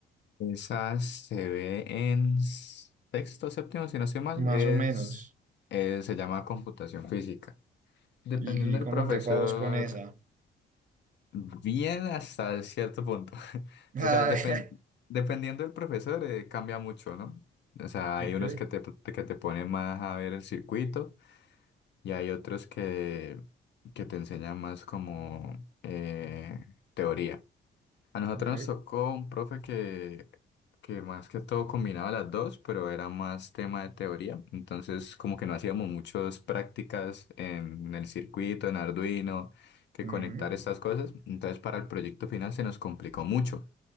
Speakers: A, on the left (about 60°); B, on the right (about 40°).
A: Esa se ve en sexto, séptimo, si no estoy mal,
B: Más
A: es,
B: o menos.
A: eh, se llama computación física. Dependiendo
B: ¿Y, y cómo
A: del profesor,
B: te fue a vos con esa? <laughs>
A: Bien hasta cierto punto. <laughs>
B: Ah,
A: O sea, depen-
B: <laughs>
A: dependiendo del profesor, eh, cambia mucho, ¿no? O sea,
B: Ok,
A: hay unos que te, que te ponen más a ver el circuito y hay otros que, que te enseñan más como eh, teoría. A nosotros
B: ok.
A: nos tocó un profe que, que más que todo combinaba las dos, pero era más tema de teoría. Entonces, como que no hacíamos muchas prácticas en el circuito, en Arduino, que
B: Ujú.
A: conectar estas cosas. Entonces, para el proyecto final se nos complicó mucho.